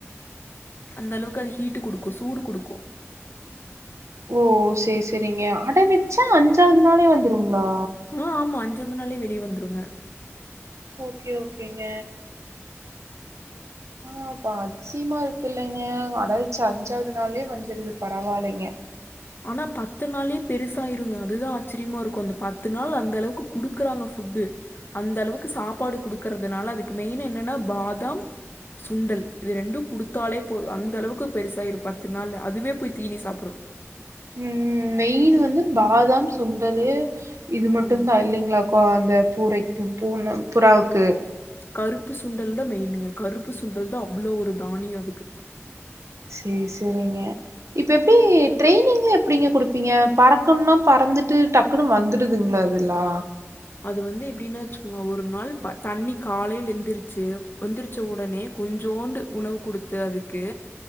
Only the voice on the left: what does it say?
அந்த அளவுக்கு அது ஹீட்டு குடுக்கு சூடு குடுக்கு
ஆ ஆமா அஞ்சாவது நாளே வெளியே வந்துருங்க
ஆனா பத்து நாள்லயே பெருசாயிருங்க அதுதா ஆச்சரியமா இருக்கு அந்த பத்து நாள் அந்த அளவுக்கு குடுக்குறாங்க ஃபுட்டு அந்த அளவுக்கு சாப்பாடு குடுக்குறதுனால அதுக்கு மெயின் என்னன்னா பாதாம் சுண்டல் இது ரெண்டு குடுத்தாலே போது அந்த அளவுக்கு பெருசாயிரு பத்து நாள் அதுவே போய் தீனி சாப்புடு
ம்
கருப்பு சுண்டல்தா மெயினுங்க கருப்பு சுண்டல்தா அவ்ளோ ஒரு தானியோ அதுக்கு
அது வந்து எப்டின்னா வச்சுகோங்க ஒரு நாள் ப தண்ணி காலைல எந்துருச்சு எந்திரிச்ச உடனே கொஞ்சோண்டு உணவு குடுத்து அதுக்கு